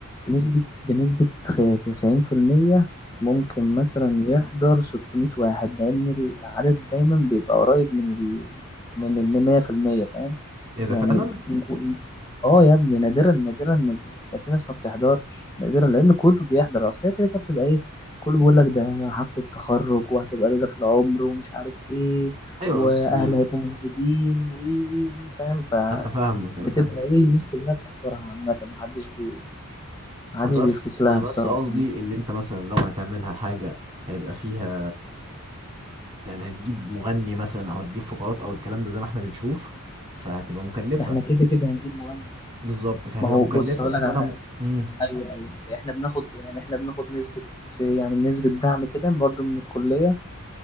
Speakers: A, on the left; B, on the right.
A: بنسبة بنسبة خ- 90% ممكن مثلا يحضر 600 واحد لان العدد دايما بيبقى قريب من ال... من ال 100% فاهم
B: ايه ده
A: يعني
B: فعلا
A: ال- وال- اه يا ابني نادرا نادرا ما ب- ما في ناس ما بتحضرش نادرا لان كله بيحضر اصل هي كده كده بتبقى ايه كله بيقول لك ده حفلة تخرج وهتبقى ليلة في العمر ومش عارف ايه
B: ايوه
A: واهل
B: اصل
A: هيبقوا موجودين وي وي وي فاهم ف
B: انا فاهمك انا
A: بتبقى
B: فاهمك
A: ايه الناس كلها بتحضرها عامة محدش بي محدش
B: انا بس
A: بيفكس لها
B: انا
A: الصراحة
B: بس قصدي ان انت مثلا لو هتعملها حاجه هيبقى فيها يعني هتجيب مغني مثلا او هتجيب فقرات او الكلام ده زي ما احنا بنشوف فهتبقى مكلفه
A: احنا كده كده هنجيب مغني
B: بالظبط فهتبقى
A: ما هو
B: مكلفه
A: بص هقول
B: فكنا
A: لك على حاجة
B: م... مم.
A: ايوه ايوه احنا بناخد يعني احنا بناخد نسبة في يعني نسبة دعم كده برضه من الكلية